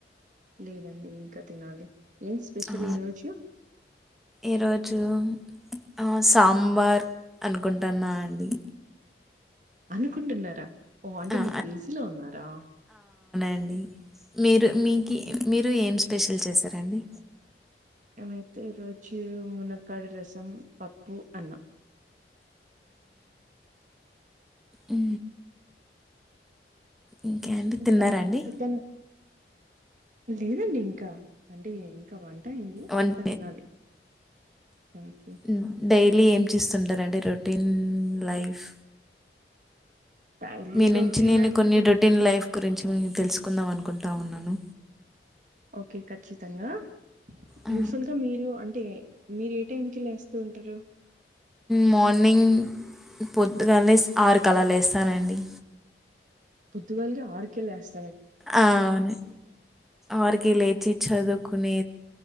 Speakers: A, on the right (about 45°); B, in the centre.
A: లేదండి ఇంకా తినాలి ఏం స్పెషల్
B: ఆ
A: ఈరోోజు
B: ఈరోజు ఆ సాంబార్ అనుకుంటున్నా అండి
A: అనుకుంటున్నారా ఓ అంటే
B: ఆ
A: మీరు పిజీలో ఉన్నారా
B: అండి మీరు మీకి
A: ఓకే
B: మీరు ఏం స్పెషల్ చేశారండి
A: మేమైతే రోజు మునక్కాడ రసం పప్పు అన్నం
B: ఉ ఇంకే అండి
A: ఇంకా
B: తిన్నారాండి
A: ఎక్కడికైనా లేదండి ఇంకా అంటే ఇంకా వంట అయింది
B: వంట
A: ఇంకా తినాలి ఓకే
B: ఉ డైలీ ఏం చేస్తుంటారంండి రొటీన్ లైఫ్
A: డైలీ
B: మీ నుంచి
A: రొటీన్
B: నేను
A: అంటే
B: కొన్ని రొటీన్ లైఫ్ గురించి మీ తెలుసుకుందాం అనుకుంటా ఉన్నాను
A: ఓకే ఖచ్చితంగా
B: ఆ,
A: యూజువల్ గా మీరు అంటే మీరు ఏ టైంకి లేస్తూ ఉంటారు
B: మార్నింగ్ పొద్దుగాలే లెస్ ఆరు కి అలా లేస్తానండి
A: పొర్తుగాల్గా ఆర్కె లెస్
B: అవును ఆరుకి లేచి చదువుకునీ